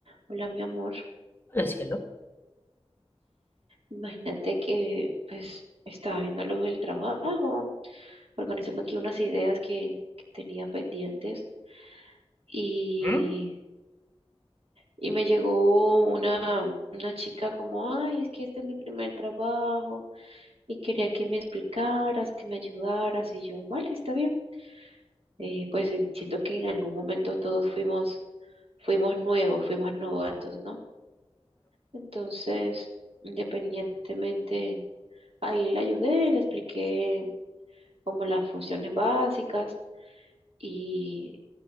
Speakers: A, on the right (about 65°); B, on the left (about 20°).
A: Hola, mi amor.
B: Hola cielo,
A: Imagínate que pues estaba viendo lo del trabajo, organizando aquí unas ideas que, que tenía pendientes y,
B: ¿Mm?
A: y me llegó una, una chica como, ay, es que este es mi primer trabajo y quería que me explicaras, que me ayudaras y yo, vale, está bien. Eh, pues en- siento que en algún momento todos fuimos, fuimos nuevos, fuimos novatos, ¿no? Entonces, independientemente Ahí le ayudé, le expliqué como las funciones básicas y,